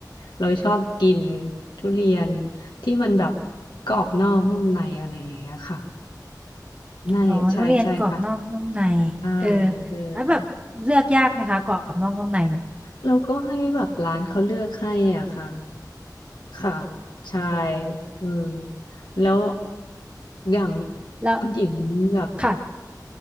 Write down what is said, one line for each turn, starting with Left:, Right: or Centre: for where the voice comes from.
Left: เราชอบกินทุเรียนที่มันแบบกรอบนอกนุ่มในอะไรอย่างเงี้ยค่ะใช่ใช่ใช่ค่ะ
Right: อ๋อทุเรียนกรอบนอกนุ่มใน
Left: ใช่
Right: เออ
Left: เออ
Right: แล้วแบบเลือกยากไหมคะกรอบนอกนุ่มในเนี่ย
Left: เราก็ให้แบบร้านเขาเลือกให้อ่ะค่ะค่ะใช่เออแล้วอย่าง
Right: แล้ว
Left: คุณหญิงแบบ
Right: ค่ะ